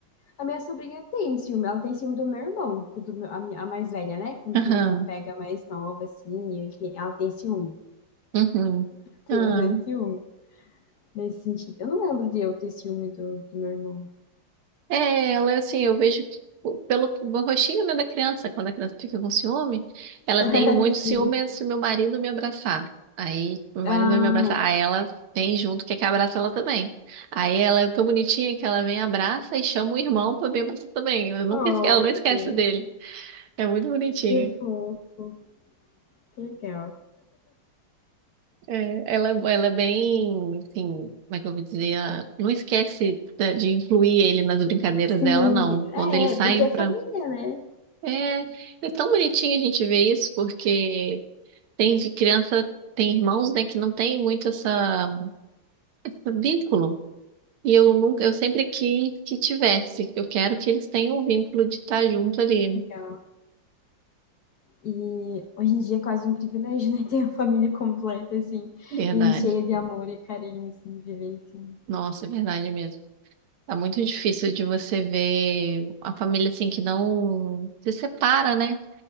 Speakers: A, on the left (about 60°); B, on the right (about 85°).
A: A minha sobrinha tem ciúme, ela tem ciúme do meu irmão, quando meu- a, minha, a mais velha, né? Quando
B: Aham,
A: meu irmão pega a mais nova, assim, ele tem- ela tem ciúme.
B: uhum,
A: Tem
B: ah
A: bastante ciúme nesse sentido. Eu não lembro de eu ter ciúme do, do meu irmão.
B: É, ela assim, eu vejo que pelo rostinho, né, da criança, quando a criança fica com ciúme, ela
A: <laughs>
B: tem muito
A: Assim,
B: ciúme se meu marido me abraçar. Aí meu marido
A: ah,
B: vai me abraçar, aí ela vem junto, quer que abraça ela também. Aí ela é tão bonitinha que ela vem, abraça e chama o irmão pra vir abraçar também. Eu nunca
A: oh,
B: esque... Ela
A: meu
B: não esquece
A: Deus,
B: dele. É muito bonitinha.
A: que fofo, que legal.
B: É, ela, é, ela é bem, assim, como é que eu vou dizer? Ela não esquece da- de incluir ele nas brincadeiras
A: Sim,
B: dela, não.
A: de-
B: Quando
A: é,
B: eles saem
A: porque é
B: pra
A: família, né?
B: É, é tão bonitinho a gente ver isso, porque tem de criança, tem irmãos, né, que não tem muito essa, esse vínculo. E eu nunca, eu sempre quis que tivesse. Eu quero que eles tenham o vínculo de estar junto ali.
A: Que legal. E hoje em dia é quase um privilégio, né? <laughs> Ter uma família completa, assim,
B: Verdade.
A: e cheia de amor e carinho, assim, viver assim.
B: Nossa, é verdade mesmo. Tá muito difícil de você ver a família assim que não se separa, né?